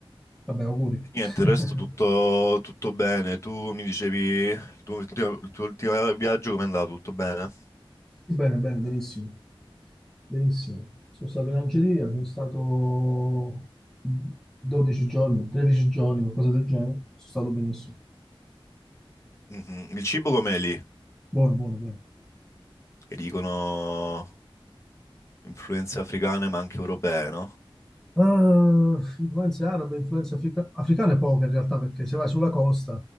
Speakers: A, in the centre; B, on the left.
A: Vabbè, auguri.
B: Niente,
A: <laughs>
B: il resto tutto, tutto bene. Tu mi dicevi il tuo ultimo, il tuo ultimo viaggio com'è andato? Tutto bene?
A: Sì, Bene, bene, benissimo. Benissimo. Sono stato in Algeria, sono stato 12 giorni, 13 giorni, qualcosa del genere. Sono stato benissimo.
B: Mhm. Il cibo com'è lì?
A: Buono, buono, buono.
B: Che dicono... Influenze africane ma anche europee, no?
A: Ah, influenze arabe, influenze africa- africane poche in realtà, perché se vai sulla costa,